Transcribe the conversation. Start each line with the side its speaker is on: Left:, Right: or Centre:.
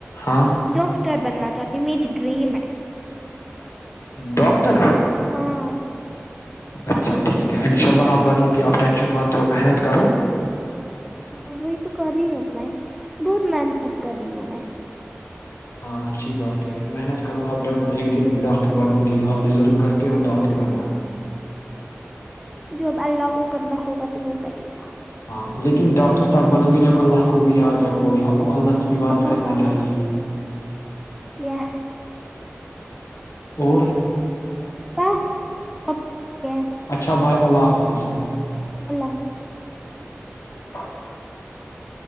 Left: ہاں
Centre: ڈاکٹر بننا تھا جات میری ڈریم ہے
Left: ڈاکٹر
Centre: ہاں
Left: اچھا ٹھیک ہے انشاء اللہ آپ بنو کہ آپ ٹینشن م تو محنت کرو
Centre: ہاں وہی تو کر رہی ہوں میں بہت محنت کر رہی ہوں میں
Left: ہاں اچھی بات ہے محنت کرو آپ ڈ ایک دن ڈاکٹر بنو گے آپ ڈ ر کرتے ہو ڈاکٹر بننا
Centre: جو اب اللہ کو کرنا ہوگا تو وہ کرے گا
Left: ہاں لیکن ڈاکٹر تب بنو گے جب اللہ کو بھی یاد رکھو گے اب اللہ کی عبادت
Centre: ہاں
Left: کرنا
Centre: ہاں
Left: چاہیے
Centre: یس
Left: اور
Centre: س سب ہے
Left: اچھا ب اللہ حافظ
Centre: اللہ حافظ
Left: ا <inaudible>